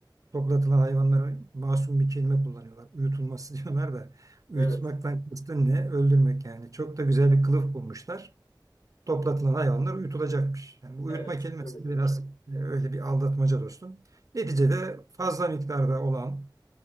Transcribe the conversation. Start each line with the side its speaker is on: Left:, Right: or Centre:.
Right: toplatılan hayvanlara masum bir kelime kullanıyorlar. Uyutulması <laughs> diyorlar da uyutmaktan
Left: Evet
Right: kastın ne? Öldürmek yani. Çok da güzel bir kılıf bulmuşlar. Toplatılan hayvanlar uyutulacakmış. Yani bu uyutma
Left: evet
Right: kelimesi
Left: öyle diyorlar.
Right: biraz e, öyle bir aldatmaca dostum. Neticede fazla miktarda olan